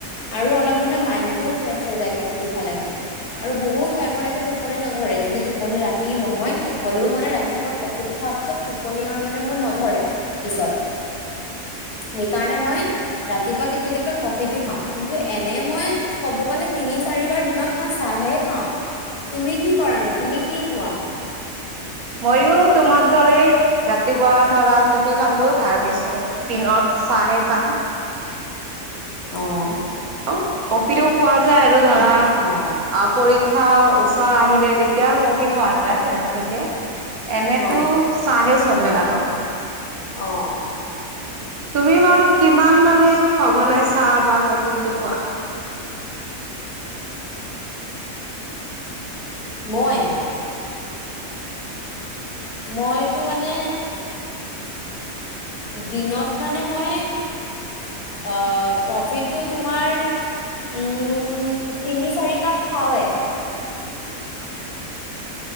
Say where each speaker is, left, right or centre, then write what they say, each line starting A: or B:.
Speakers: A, on the left (about 85°); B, on the right (about 75°).
A: আৰু অলপ মানে মাইডটো ফ্ৰেচ হৈ যায় কফিটো খালে মানে আৰু বহুত টাইমলৈকে টোপনি নধৰে যদি টোপনি ৰাতি নহয় হ'লেও মানে ৰাতিপুৱা কফিটো খোৱাৰ পিছত টোপনি আৰু মানে মোৰ নধৰে পিছত সেইকাৰণে মই ৰাতিপুৱা কেতিয়াবা কেতিয়াবা কফিটো খাওঁ কিন্তু এনে মই কব গলে তিনি চাৰিবাৰ দিনত মই চাহে খাওঁ তুমি কি কৰানো তুমি কি খোৱা
B: মই ও তোমাৰ দৰে ৰাতিপুৱা ধৰা কফি খালো তাৰপিছত দিনত চাহে খাম
A: অঁ
B: অঁ কফিও খোৱা যায় আৰু ধৰা অঁ
A: অ
B: পৰীক্ষাৰ খাঁও ওচৰ আহিলে তেতিয়া কফি খোৱা যায় ৰাতিকে এনেতো
A: অ
B: চাহে চলে আৰু
A: অঁ
B: তুমি বাৰু কিমান মানে ঘনাই চাহ বা কফিটো খোৱা
A: মই মইতো মানে দিনত মানে মই অঁ কফিটো তোমাৰ উম তিনি চাৰি কাপ খাওঁৱে
B: উম